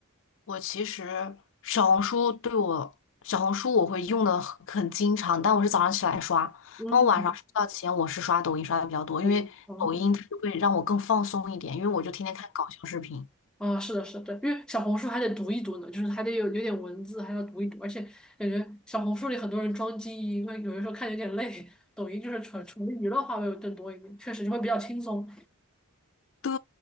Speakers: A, on the left; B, in the centre.
A: 我其实小红书对我，小红书我会用的很很经常，但我是早上起来刷，
B: 嗯，
A: 那我晚上睡觉前我是刷抖音刷的比较多，
B: 抖音。
A: 因为抖音它就会让我更放松一点，
B: 哦，
A: 因为我就天天看搞笑视频。
B: 啊，是的，是的，对，因为小红书还得读一读呢，就是还得有有点文字，还要读一读，而且感觉小红书里很多人装精英，为有的时候看有点累。抖音就是纯纯娱乐化会更多一点，确实就会比较轻松。
A: 对，